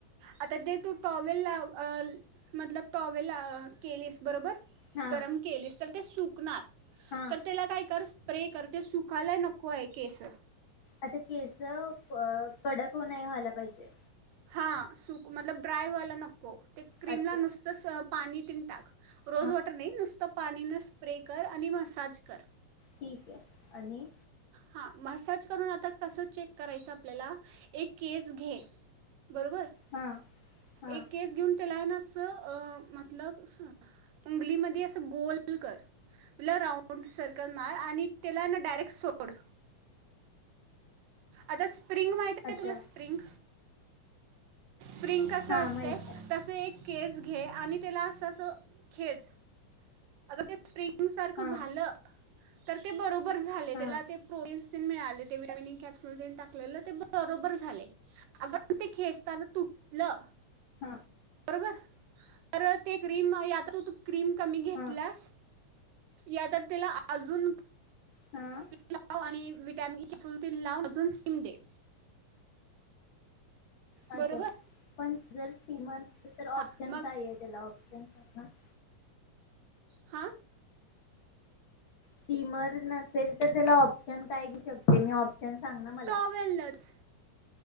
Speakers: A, on the right; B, on the left.
A: आता दे तू टॉवेल ला अल मतलब टॉवेल केलीस बरोबर
B: हां
A: गरम केलीस तर ते सुकणार
B: हां
A: तर तेला काय कर स्प्रे कर ते सुकायला नको आहे केसं
B: आता केस अ कडक हो नाही व्हायला पाहिजे
A: हा सुक मतलब ड्राय व्हायला नक हो ते क्रीमला
B: अच्छा
A: नुस्त स पाणी तीण टाक रोज
B: हां
A: वॉटर नाही नुसत पाणी न स्प्रे कर आणि मसाज कर
B: ठीक आहे आणि?
A: हां, मसाज करून आता कसं चेक करायचं आपल्याला एक केस घे बरोबर
B: हां हां
A: एक केस घेऊन तेलाय ना अस अ मतलब स उंगलीमदे असं गोल कर ल राऊंड सर्कल मार आणि तेला न डायरेक्ट सोड आता स स्प्रिंग माहिती आहे
B: अच्छा
A: तुला स्प्रिंग फ्रिंक असं
B: हां
A: असते
B: माहीत आहे
A: तसं एक केस घे आणि तेला असं अस खेच अगर ते स्प्रिंग सारखं
B: हां
A: झालं तर ते बरोब <inaudible> झालय
B: हां
A: तेला ते <inaudible> मिळालय ते विटामिन ई कॅप्सूल तेन टाकले ते बरोबर झाले अग ते खेचताना तुटलं
B: हा
A: व तर ते क्रीम या तर तू क्रीम कम
B: हां
A: प्लस या तर तेला आ आजून
B: हां
A: लाव आणि विटॅमिन कॅपसूल तेन लाव अजून स्टीम दे बरोबर
B: अच्छा <inaudible> पण जर <inaudible> किमान तर ऑप्शन
A: हां मग
B: काय आहे त्याला ऑप्शन ह <inaudible>
A: हा
B: स्टिमर नसेल तर त्याला ऑप्शन काय घिऊ शकते मी ऑ प्शन सांग ना मला
A: टॉवेलच